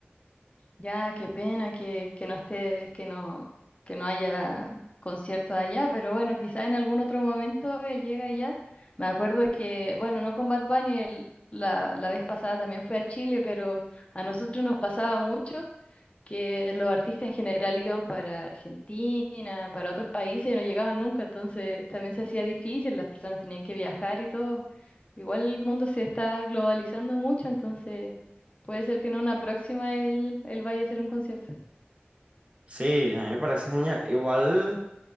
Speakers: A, on the left; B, on the right.
A: Ya, qué pena que, que no esté, que no, que no haya concierto allá, pero bueno, quizás en algún otro momento él llega allá. Me acuerdo que, bueno, no con Bad Bunny, el- la, la vez pasada también fue a Chile, pero a nosotros nos pasaba mucho que los artistas en general iban para Argentina, para otros países y no llegaban nunca, entonces también se hacía difícil, las personas tenían que viajar y todo. Igual el mundo se está globalizando mucho, entonces puede ser que en una próxima él, él vaya a hacer un concierto.
B: Sí, a mí me parece genial. Igual.